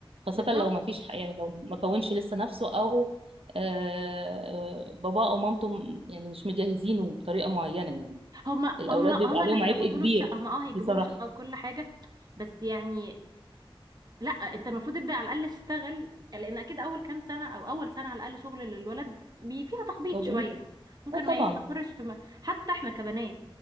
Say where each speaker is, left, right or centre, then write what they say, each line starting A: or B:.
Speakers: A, on the right; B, on the right.
A: خاصة
B: بالظبط
A: لو ما فيش ح- يعني لو ما كونش لسه نفسه أو آه آه، باباه أو مامته م- يعني مش مجهزينه بطريقة معينة يعني
B: هما
A: الأولاد
B: هما
A: بيبقى
B: هما
A: عليهم
B: اللي هيظبطوا
A: عبء كبير
B: له الشقه هما اه هيجيبوا
A: بصراحة
B: له شقه وكل حاجه بس يعني لا انت المفروض تبدا على الاقل تشتغل لان اكيد اول كام سنه او اول سنه على الاقل شغل للولد بي فيها تخبيط
A: هو بالنسبة-
B: شويه ممكن
A: اه طبعا
B: ما يستقرش في م... حتى احنا كبنات